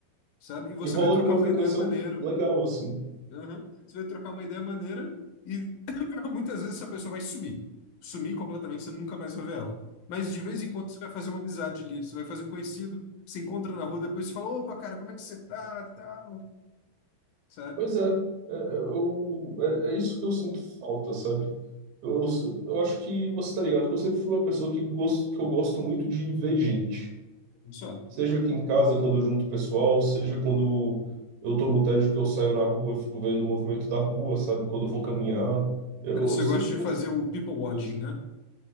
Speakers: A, on the left; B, on the right.
A: Sabe? E você
B: e rola
A: vai trocar
B: com uma
A: uma
B: frequência
A: ideia maneira
B: legal, assim.
A: Aham. Você vai trocar uma ideia maneira e <clears throat> muitas vezes essa pessoa vai sumir. Sumir completamente, você nunca mais vai ver ela. Mas de vez em quando você vai fazer uma amizade ali, você vai fazer um conhecido, se encontra na rua, depois você fala, opa, cara, como é que você tá, tal, sabe?
B: Pois é, é, é, eu, é, é isso que eu sinto falta, sabe? Eu, eu, eu acho que você tá ligado que eu sempre fui uma pessoa que, gosto, que eu gosto muito de ver gente.
A: Só.
B: Seja
A: <laughs>
B: aqui em casa, quando eu junto o pessoal, seja quando eu tô no tédio que eu saio na rua, e fico vendo o movimento da rua, sabe? Quando eu vou caminhar. Eu,
A: Você
B: eu sempre
A: gosta de
B: gostei
A: fazer o people watching,
B: disso.
A: né?